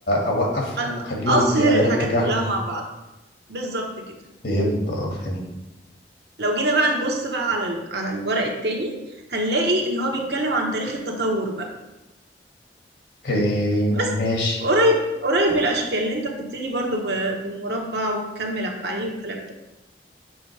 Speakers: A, on the left; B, on the right.
A: اوقفهم
B: أ-
A: واخليهم
B: اصهر
A: يغيروا
B: الحاجات
A: اتجاههم
B: كلها مع بعض بالظبط كده
A: فهمت اه فهمت
B: لو جينا بقى نبص بقى على ال- على الورق التاني هنلاقي ان هو بيتكلم عن تاريخ التطور بقى
A: إيه
B: بس
A: ماشي
B: قريب قريب من الاشكال اللي انت بتبتدي برضو ب- بمربع وتكمل عليه والكلام ده